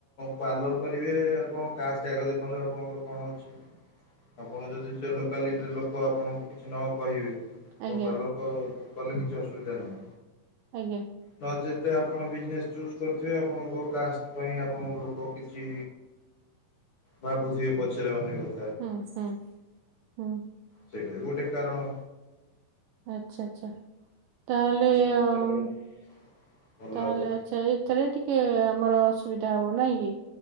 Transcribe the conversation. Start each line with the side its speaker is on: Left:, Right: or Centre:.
Left: ପାର୍ଲର କରିବେ ଆପଣ କାଷ୍ଟ ଆଗ ଦେଖନ୍ତୁ ଆପଣଙ୍କର କଣ ଅଛି। ଆପଣ ଯଦି ସେ ଲୋକାଲିଟିର ଲୋକ ଆପଣଙ୍କୁ କିଛି ନ କହିବେ ଆପଣ
Right: ଆଜ୍ଞା
Left: ପାର୍ଲର କ କଲେ କିଛି ଅସୁବିଧା ନାହିଁ।
Right: ଆଜ୍ଞା
Left: ନ ଯେତେ ଆପଣ ବିଜନେସ ଠୁ ରୁଥିବେ ଆପଣଙ୍କ କାଷ୍ଟ ପାଇଁ ଆପଣଙ୍କ ଲୋକ କିଛି ବା ବୁଝିିବେ ପଛରେ ଅନ୍ୟ କଥା।
Right: ହଁ ହଁ ହୁଁ।
Left: ସେଇଟା ବି ଗୋଟେ କାରଣ।
Right: ଆଚ୍ଛା ଆଚ୍ଛା ତାହେଲେ
Left: ଆପଣ ଚେଷ୍ଟା
Right: ଅମ୍
Left: କରନ୍ତୁ ଭଲ ଭାବରେ
Right: ତାହେଲେ ଆଛା ଏଥିରେ ଟିକେ ଆମର ଅଶ୍ ସୁବିଧା ହବ ନାଇଁ କି?